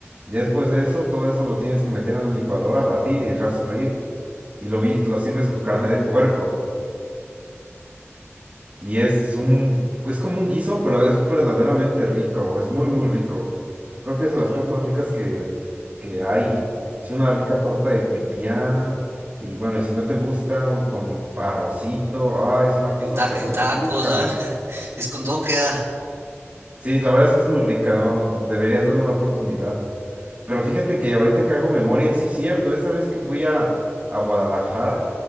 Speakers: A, on the right (about 30°); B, on the right (about 75°).
A: Y después de eso, todo eso lo tienes que meter en una licuadora, batir y dejar sofreír. Y lo, vi- lo sirves con carne de puerco. Y es un, es como un guiso, pero es verdaderamente rico, es muy, muy rico. Creo que es
B: Órale.
A: de las cosas más ricas que, que hay. Sí, una rica torta de pipián, y bueno, y si no te gusta, un- con arrocito, ay, es una cosa
B: En, ta-
A: pero
B: en tacos,
A: rica.
B: ¿ah? <laughs> Es con todo queda.
A: Sí, la verdad es que es muy rica, ¿no? Deberías darle una oportunidad. Pero fíjate que ahorita que hago memoria, sí es cierto, esa vez que fui a, a Guadalajara,